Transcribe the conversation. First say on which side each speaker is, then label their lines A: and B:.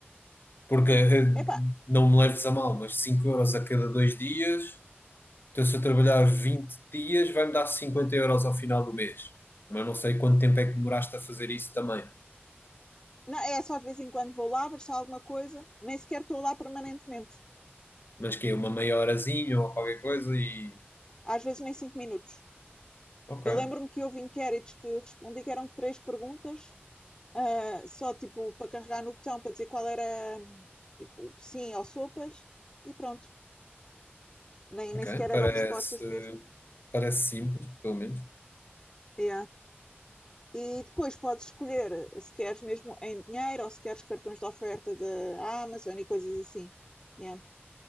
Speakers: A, on the left; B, on the left.
A: Porque eh,
B: Epá,
A: não me leves a mal, mas 5 euros a cada dois dias. Então, se eu trabalhar 20 dias, vai-me dar 50 euros ao final do mês. Mas não sei quanto tempo é que demoraste a fazer isso também.
B: não, é só de vez em quando vou lá, ver se há alguma coisa, nem sequer estou lá permanentemente.
A: Mas que é uma meia horazinha ou qualquer coisa e.
B: Às vezes nem 5 minutos.
A: Ok,
B: Eu lembro-me que houve inquéritos que respondi que eram três perguntas ah, só tipo para carregar no botão para dizer qual era tipo sim ou sopas e pronto. Nem, nem
A: ok.
B: sequer eram
A: Parece,
B: respostas mesmo.
A: parece simples, pelo menos.
B: Yeah. E depois podes escolher se queres mesmo em dinheiro ou se queres cartões de oferta da Amazon e coisas assim. Yeah.